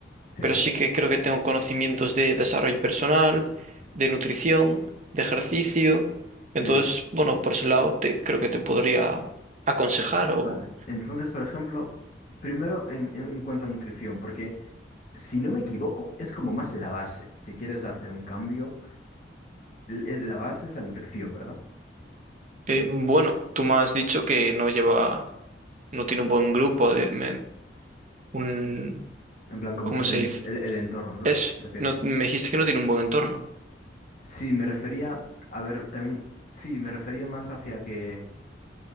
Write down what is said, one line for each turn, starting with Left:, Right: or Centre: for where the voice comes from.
Left: Sí.
Right: Pero sí que creo que tengo conocimientos de desarrollo personal, de nutrición, de ejercicio. Entonces,
Left: Sí,
Right: bueno, por ese lado te, creo que te podría aconsejar.
Left: Eh,
Right: O,
Left: Vale, entonces, por ejemplo, primero en, en- en cuanto a nutrición, porque si no me equivoco, es como más la base. Si quieres hacer un cambio, l- es, la base es la nutrición, ¿verdad?
Right: eh, bueno, tú me has dicho que no lleva, no tiene un buen grupo de, me- un,
Left: En plan, como
Right: ¿cómo
Left: que
Right: se
Left: el, en-
Right: dice?
Left: el, el entorno, ¿no?
Right: Es,
Left: ¿Te refieres?
Right: no, me dijiste que no tiene un buen entorno,
Left: Sí, me refería, a ver, también, sí, me refería más hacia que,